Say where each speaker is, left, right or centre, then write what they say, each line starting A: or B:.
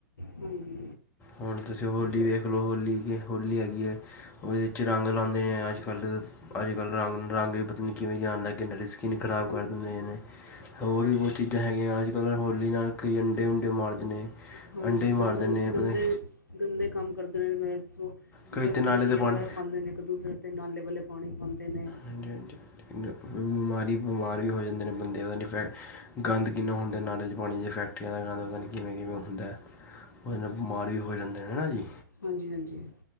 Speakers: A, on the left; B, on the left.
A: ਹਾਂਜੀ
B: ਹੁਣ ਤੁਸੀਂ ਹੋਲੀ
A: ਜਿੱਦਾਂ
B: ਵੇਖ ਲਓ, ਹੋਲੀ ਕਿ-ਹੋਲੀ ਹੈਗੀ ਏ। ਉਹਦੇ ਵਿੱਚ ਰੰਗ ਲਉਨੇ ਆ, ਅੱਜ- ਕੱਲ੍ਹ, ਅੱਜ-ਕੱਲ ਰੰਗ, ਰੰਗ ਵੀ ਪਤਾ ਨਹੀਂ ਕਿਵੇਂ ਜਹੇ ਅਨ ਲਗ ਗਏ ਨੇ ਸਕਿੰਨ ਖਰਾਬ
A: ਹਾਂਜੀ
B: ਕਰ ਦਿੰਦੇ
A: ਹਾਂਜੀ
B: ਨੇ। ਹੋਰ ਵੀ ਬਹੁਤ ਚੀਜ਼ਾਂ ਹੈਗੀਆਂ, ਅੱਜ-ਕੱਲ੍ਹ ਹੋਲੀ ਨਾਲ, ਕਈ ਅੰਡੇ ਉੁਂਡੇ ਮਾਰਦੇ ਨੇ।
A: ਹਾਂਜੀ,
B: ਅੰਡੇ ਮਾਰਦੇ
A: ਗੰਦਾ-ਗੰਦੇ
B: ਨੇ ਪਤਾ ਨਹੀਂ
A: ਗੰਦੇ ਕੰਮ ਕਰਦੇ ਨੇ ਲੋਗ ਵੇਸੇ
B: ਕਈ
A: ਗੰਦੀ
B: ਤਾਂ ਨਾਲੇ
A: ਮਿੱਟੀਆਂ
B: ਦੇ ਪਾਣੀ
A: ਵਗੈਰਾ ਪਾਂਦੇ ਨੇ ਇੱਕ-ਦੂਸਰੇ ਤੇ ਨਾਲੇ ਵਾਲੇ ਪਾਣੀ ਪਾਂਦੇ ਨੇ।
B: ਹਾਂਜੀ -ਹਾਂਜੀ, ਬਿਮਾਰੀ-ਬਿਮਾਰ ਵੀ ਹੋ ਜਾਂਦੇ ਨੇ, ਬੰਦੇ ਇਨਫੈਕਟ ਗੰਦ ਕਿੰਨਾ ਹੁੰਦਾ ਨਾਲੇ ਦੇ ਪਾਣੀ ਚ, ਫੈਕਟਰੀਆਂ ਦਾ ਗੰਦ ਕਿਵੇਂ ਕਿਵੇਂ ਹੁੰਦਾ? ਉਏ ਨਾਲ ਬਿਮਾਰ ਵੀ ਹੋ ਜਾਂਦੇ ਨੇ, ਹੈਨਾ ਜੀ?
A: ਹਾਂਜੀ-ਹਾਂਜੀ।